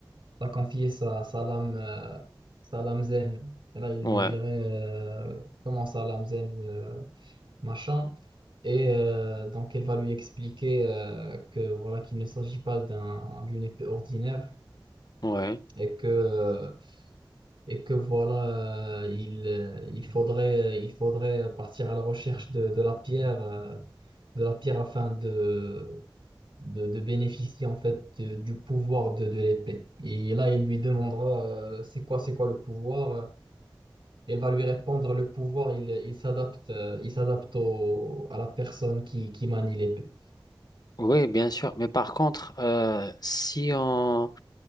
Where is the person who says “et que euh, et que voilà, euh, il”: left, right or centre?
Right